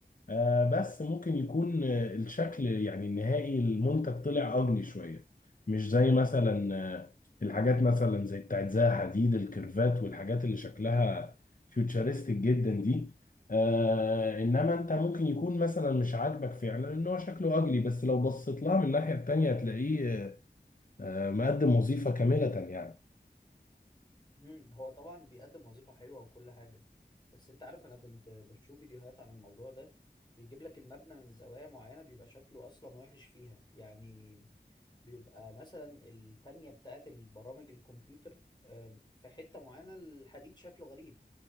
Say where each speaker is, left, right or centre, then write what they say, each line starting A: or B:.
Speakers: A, on the left; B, on the left.
A: آه بس ممكن يكون آه، الشكل يعني النهائي المنتج طلع أجلي شوية مش زي مثلا آه، الحاجات مثلا زي بتاعت زها حديد الكيرفات والحاجات اللي شكلها فيوتشرستيك جدا دي آه انما انت ممكن يكون مثلا مش عاجبك فعلا ان هو شكله اجلي بس لو بصيت لها من الناحية التانية هتلاقيه آه، آه، مقدم وظيفة كاملة يعني
B: مم. هو طبعا بيقدم وظيفة حلوة وكل حاجة بس انت عارف انا كنت بشوف فيديوهات عن الموضوع ده بيجيب لك المبنى من زوايا معينة بيبقى شكله اصلا وحش فيها يعني بيبقى مثلا التانية بتاعت البرامج الكمبيوتر آم، في حتة معينة الحديد شكله غريب